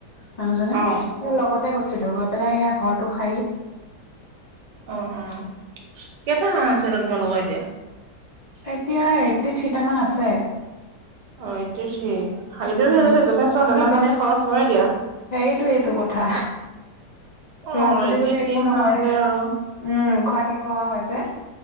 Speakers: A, on the left (about 65°); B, on the right (about 80°).
A: মানুহজনে,
B: অ
A: লগতে গৈছিলো, গৈ পেলাই এয়া ঘৰটো সাৰি
B: অ অ, কেইটা হাঁহ আছে নো তোমাৰ লগোকৰ এতিয়া
A: এতিয়া এইটি থ্ৰী তা মান আছে।
B: অ এইত্ৰি থ্ৰী হাৰটো
A: উম
B: যাতে, যথেষ্ট
A: তথাপিতো
B: দানা
A: দ
B: পানীৰ খৰচ হয় দিয়া।
A: হেৰিটো এইটো কথা
B: অ
A: লাভ বুলিবলে
B: এইতি
A: একো
B: থ্ৰী
A: নহয়
B: হাহ হলে আৰু
A: উম খুৱাই থাকিব লগা হয় যে।